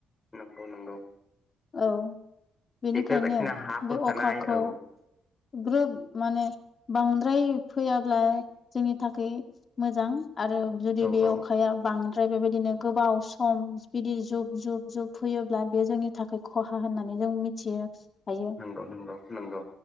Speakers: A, on the left; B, on the left.
A: नंगौ नंगौ
B: औ बेनिखायनो
A: बेफोरबायदिना हा खुरखानाय
B: बे अखाखौ
A: औ
B: ग्रोब माने बांद्राय फैयाब्ला जोंनि थाखाय मोजां आरो जुदि
A: औ
B: बे
A: औ
B: अखाया बांद्र ओमफ्राय बेबायदिनो गोबाव सम बिदि जुब जुब जुब फैयोब्ला बे जोंनि थाखाय खहा होननानै जों मिथियो हायो
A: नंगौ नंगौ नंगौ